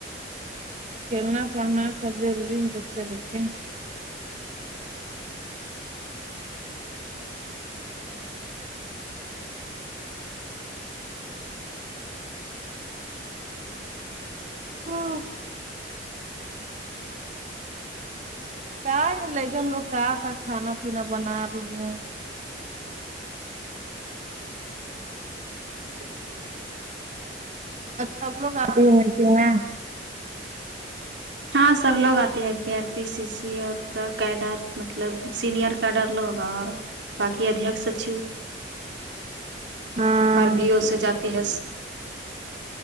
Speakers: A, on the right; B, on the right.
A: کھیلنا پڑھنا سب ضروری ہے بچے لو گ کے ہاں کہ یہ لیکن لوگ کہاں کا کھانا پینا بنا رہی ہے
B: جی <unintelligible>
A: سب لوگ آتے ہیں میٹنگ میں
B: ہاں سب لوگ آتے ہے پی آر پی سی سی اور پورا کیڈر مطلب سینئر کیڈر لوگ ہوگا باقی ادھییک سچیو
A: ہاں
B: ہر بھیو سے جاتی ہس